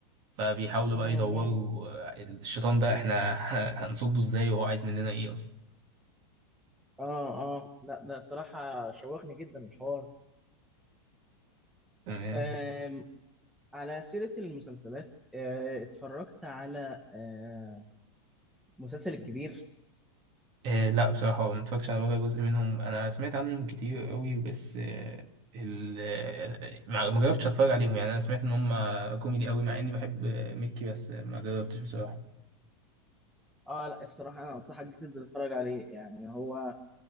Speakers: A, on the right; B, in the centre.
A: فبيحاولوا
B: مم،
A: بقى يدوروا
B: مم.
A: آه، الشيطان ده احنا ه- هنصده ازاي وهو عايز مننا ايه اصلا
B: اه اه لا ده صراحه شوقني جدا الحوار
A: تمام
B: آم، على سيره المسلسلات آه، اتفرجت على آه، مسلسل الكبير
A: آه لا بصراحة ما اتفرجتش على ولا جزء منهم انا سمعت عنهم كتير قوي بس آه ال آه، ما ما جربتش اتفرج عليهم يعني انا سمعت ان هم كوميدي قوي مع اني بحب آه، ميكي بس آه، ما جربتش بصراحة
B: اه لا الصراحه انا انصحك جدا تتفرج عليه يعني هو